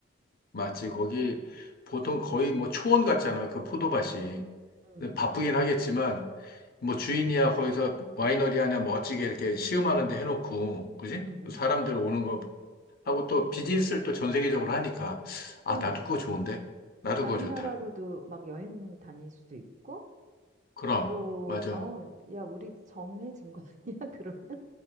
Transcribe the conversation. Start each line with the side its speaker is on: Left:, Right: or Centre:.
Left: 맞지. 거기 보통 거의 뭐 초원 같잖아. 그 포도밭이.
Right: 음,
Left: 근데 바쁘긴
Right: 그래.
Left: 하겠지만, 뭐 주인이야 거기서 와이너리 하나 멋지게 이렇게 시음하는 데 해놓고, 그지?
Right: 음, 음,
Left: 사람들
Right: 음.
Left: 오는 거 하고 또 비즈니스를 또 전 세계적으로 하니까,
Right: 그러니까.
Left: 아, 나도 그거 좋은데? 나도
Right: 다른
Left: 그거 좋다.
Right: 나라로도 막 여행 다닐 수도 있고
Left: 그럼,
Right: 또,
Left: 맞아.
Right: 어, 야, 우리 정해진 거 아니야? <laughs> 그러면?